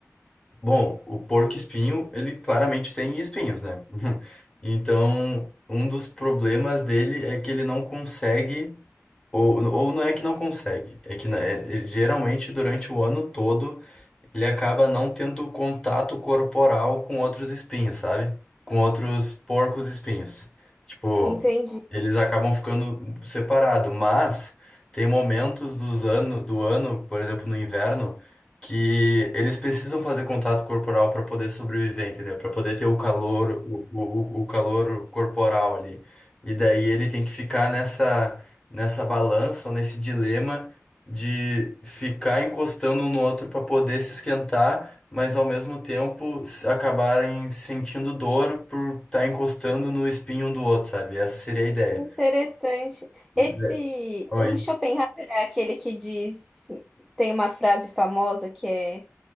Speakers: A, on the left; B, in the centre.
A: Bom, o porco-espinho, ele claramente tem espinhos, né? <laughs> Então, um dos problemas dele é que ele não consegue, ou, ou não é que não consegue, é que né, ele geralmente durante o ano todo ele acaba não tendo contato corporal com outros espinhos, sabe? Com outros porcos espinhos. Tipo,
B: Entendi.
A: eles acabam ficando separados, mas tem momentos dos ano, do ano, por exemplo, no inverno, que eles precisam fazer contato corporal para poder sobreviver, entendeu? Para poder ter o calor, o, o, o calor corporal ali. E daí ele tem que ficar nessa, nessa balança ou nesse dilema de ficar encostando um no outro para poder se esquentar, mas ao mesmo tempo se- acabarem sentindo dor por estar encostando no espinho um do outro, sabe? Essa seria a ideia.
B: Interessante.
A: E
B: Esse,
A: da- Oi.
B: o Schopenhauer é aquele que diz, tem uma frase famosa que é